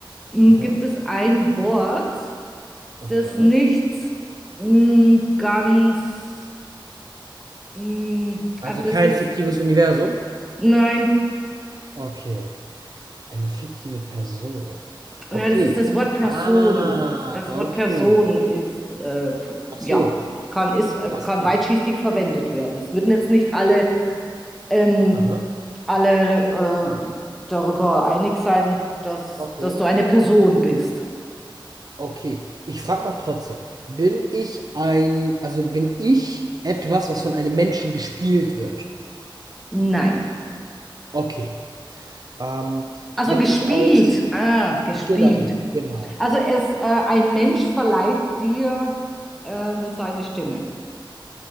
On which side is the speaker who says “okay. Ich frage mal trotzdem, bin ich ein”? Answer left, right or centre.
Right